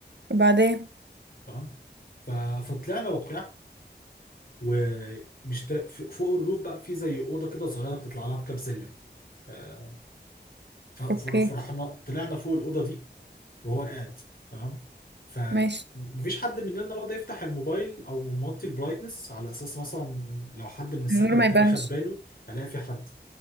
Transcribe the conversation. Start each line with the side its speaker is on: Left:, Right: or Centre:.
Right: وبعدين
Left: تمام ف- فطلعنا وبتاع ومش تر- ف- فوق الروف بقى في زي اوضه كده صغيره بتطلع لها بكام سلم آه، ف- فر-
Right: اوكي
Left: فرحنا طلعنا فوق الاوضه دي وهو قاعد تمام ف
Right: ماشي
Left: مفيش حد مننا راضي يفتح الموبايل او موطي البرايتنس على اساس مثلا لو حد من السكن
Right: النور
Left: التاني
Right: ما يبانش
Left: خد باله هلاقي في حد